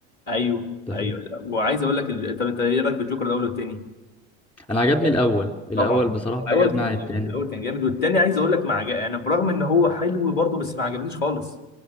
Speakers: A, on the left (about 30°); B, on the left (about 15°).
A: ايوه
B: انت
A: ايوه وعايز اقول لك ال- طب انت ايه رايك في الجوكر الاول والتاني
B: انا عجبني الاول الاول
A: طبعا
B: بصراحه
A: الاول
B: عجبني
A: كان
B: عن التاني
A: جامد الاول كان جامد والتاني عايز اقول لك ما عجب يعني برغم ان هو حلو برضه بس ما عجبنيش خالص